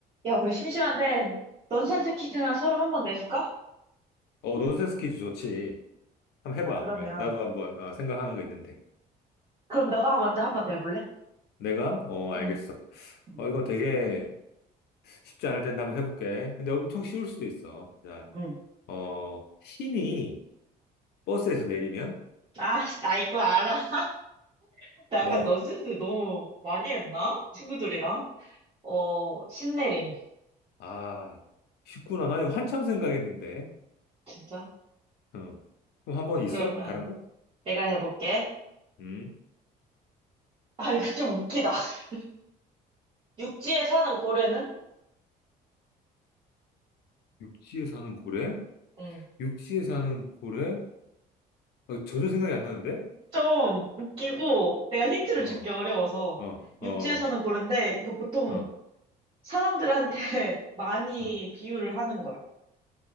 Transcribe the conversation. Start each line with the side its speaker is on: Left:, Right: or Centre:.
Right: 야, 우리 심심한데 넌센스 퀴즈나 서로 한 번 내줄까?
Left: 어, 논센스 퀴즈 좋지. 한번
Right: 아,
Left: 해봐,
Right: 그러면.
Left: 그러면. 나도 한번 어, 생각하는 거 있는데.
Right: 그럼 너가 먼저 한 번 내볼래?
Left: 내가? 어, 알겠어.
Right: 응, 응.
Left: 어, 이거 되게 쉽지 않을 텐데 한번 해볼게. 근데 엄청 쉬울 수도 있어. 자,
Right: 응.
Left: 어, 신이 버스에서 내리면?
Right: 아, 씨, 나 이거 알아. <laughs> 나 약간
Left: 뭐?
Right: 넌센스 너무 많이 했나? 친구들이랑. 어, 신내림.
Left: 아, 쉽구나. 나 이거 한참 생각했는데.
Right: 진짜?
Left: 어 그럼 한번
Right: 자,
Left: 있어?
Right: 그러면
Left: 다른 거?
Right: 내가 해볼게.
Left: 음.
Right: 아, 이거 좀 웃기다. <laughs> 육지에 사는 고래는?
Left: 육지에 사는 고래?
Right: 응.
Left: 육지에 사는 고래? 어, 전혀 생각이 안 나는데?
Right: 좀 웃기고, 내가 힌트를
Left: 어,
Right: 주기 어려워서.
Left: 어,
Right: 육지에
Left: 어,
Right: 사는 고래인데, 이거 보통
Left: 어.
Right: 사람들한테 <laughs> 많이
Left: 어.
Right: 비유를 하는 거야.